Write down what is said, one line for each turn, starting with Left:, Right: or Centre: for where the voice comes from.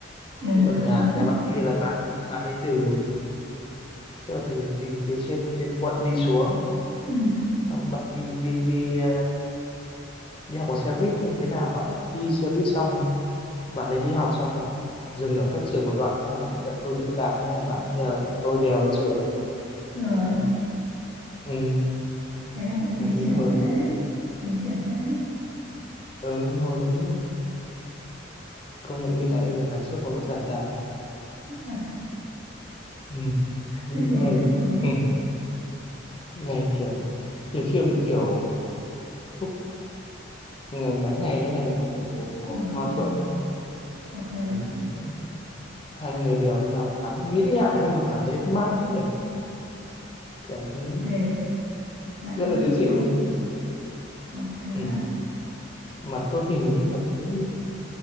Right: ừ,
Left: thế còn
Right: có
Left: nhà
Right: nhớ
Left: nhà bạn kia là bạn bạn ấy từ tức là từ, từ phía trên trên quận đi xuống
Right: ừ.
Left: xong rồi bạn đi đi đi ờ, đi học bằng xe buýt nhưng mà thế nào bạn lại đi xe buýt xong bạn ấy đi học xong bạn lại dừng ở cách trường một đoạn xong bạn lại đợi tôi đi xe đạp thế nên là bạn ấy nhờ tôi đèo đến trường
Right: rồi
Left: à, ừ,
Right: thế là cũng tiến
Left: mà
Right: triển
Left: nghĩ hồi
Right: phết
Left: đấy
Right: đấy tiến triển phết đấy
Left: ừ, hồi đấy công nhận nghĩ lại bây giờ cảm xúc nó vẫn dạt dào
Right: Úi giời
Left: ừ. những
Right: tiếc nuối
Left: ngày
Right: tiếc nuối
Left: ừ. những ngày kiểu nhiều khi kiểu lúc ngày nắng hè như này này kiểu mùa mùa
Right: rồi
Left: mùa hoa
Right: rồi
Left: phượng ấy
Right: ok
Left: ừ,
Right: ok
Left: thế hai người đều nhau nắng nghĩ ngại ra mà cảm thấy nó mát thế nhỉ cảm thấy
Right: để lãng
Left: rất là
Right: mạn
Left: dễ chịu
Right: ghê
Left: nhỉ ừ.
Right: ok
Left: Ừ.
Right: bạn
Left: mà tôi hình như là thấy